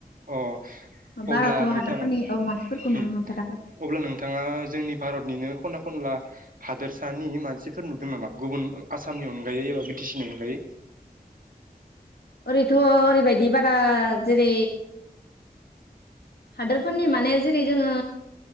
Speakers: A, on the right (about 60°); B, on the left (about 80°).
A: अ
B: बाराथ'
A: अब्ला नोंथाङा
B: हादोरफोरनि औ मानसिफोरखौ
A: होम
B: नुनो मोनफेराखै
A: अब्ला नोंथाङा जोंनि भारतनिनो खना खनला हादोरसानि मानसिफोर नुदों नामा गुबुन आसामनि अनगायै एबा बिटिसिनि अनगायै
B: ओरैथ' ओरैबायदि बारा जेरै हादोरफोरनि माने जेरै जोंङो